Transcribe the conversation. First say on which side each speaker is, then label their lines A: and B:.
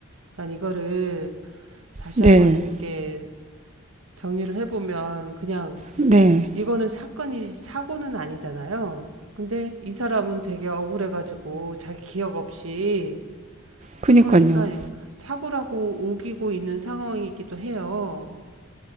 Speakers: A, on the right (about 75°); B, on the right (about 30°).
A: 그러니까 이거를 다시
B: 네,
A: 한번 이렇게 정리를 해보면 그냥
B: 네,
A: 이거는 사건이 사고는 아니잖아요. 근데 이 사람은 되게 억울해가지고 자기 기억 없이 한
B: 그니까요.
A: 거니까 이거 사고라고 우기고 있는 상황이기도 해요.